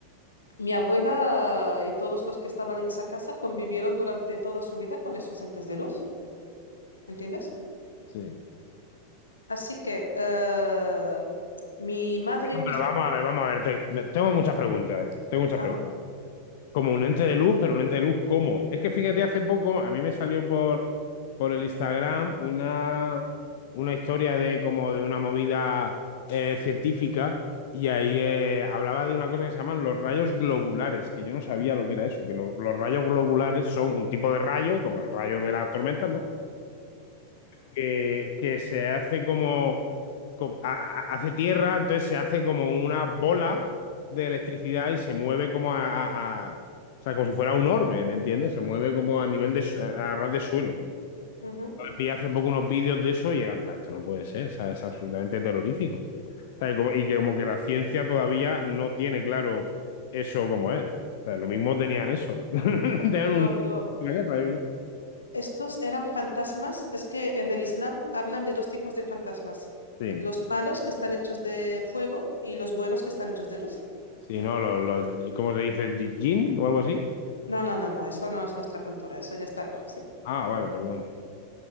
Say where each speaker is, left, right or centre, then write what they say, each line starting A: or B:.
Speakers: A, on the left; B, on the left.
A: mi abuela y todos los que estaban en esa casa convivieron durante toda su vida con esos entes de luz, ¿entiendes?
B: Sí.
A: Así que eh, mi madre y mis...
B: Pero vamos a ver, vamos a ver. te- tengo muchas preguntas. eh. Tengo muchas
A: Ah,
B: preguntas. Como un ente de luz, pero un ente de luz, ¿cómo? Es que fíjate, hace poco a mí me salió por, por el Instagram una, una historia de como de una movida eh, científica y ahí eh, hablaba de una cosa que se llaman los rayos globulares, que yo no sabía lo que era eso, que lo- los rayos globulares son un tipo de rayo, como el rayo de las tormentas, ¿no? que, que se hace como, co- a- a- hace tierra, entonces se hace como una bola de electricidad y se mueve como a, a- a- o sea, como si fuera un orbe, ¿me entiendes? Se mueve como a nivel de, su- a a ras de suelo.
A: ujú.
B: Vi hace poco unos vídeos de eso y eran, "Pero esto no puede ser, o sea, es absolutamente terrorífico. O sea, y como, y que como que la ciencia todavía no tiene claro eso como es. O sea, lo mismo tenían eso. <laughs> Tenían un...
A: No, pero
B: la guerra, yo qué
A: estos eran fantasmas. Es que en el Islam hablan de dos tipos de fantasmas.
B: sé.
A: Los
B: Sí,
A: malos que están hechos de fuego y los buenos que están hechos de luz.
B: sí, no, los, los- ¿cómo se dice? ¿Jin o algo así?
A: No, no, no, no, eso no es nuestra cultura, eso ya está lejos, ¿eh?
B: Ah, vale, perdón.